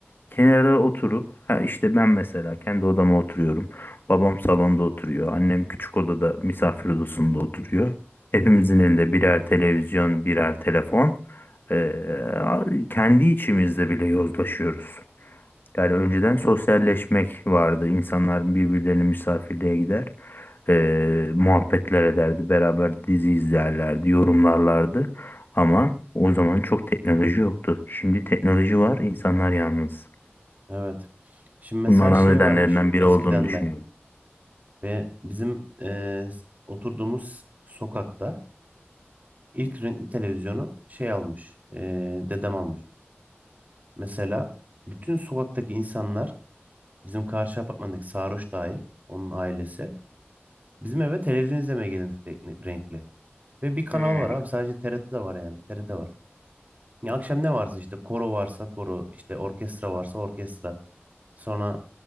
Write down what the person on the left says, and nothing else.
kenara oturup ha işte ben mesela kendi odama oturuyorum. Babam salonda oturuyor. Annem küçük odada misafir odasında oturuyor. Hepimizin
elinde birer televizyon, birer telefon. Ee, kendi içimizde bile yozlaşıyoruz. Yani önceden sosyalleşmek vardı. İnsanlar birbirlerine misafirliğe gider. eee, muhabbetler ederdi. Beraber dizi izlerlerdi. Yorumlarlardı. Ama o zaman çok teknoloji yoktu. Şimdi teknoloji var. insanlar yalnız.
Bunun ana
nedenlerinden
biri
olduğunu düşünüyorum.
Hmm,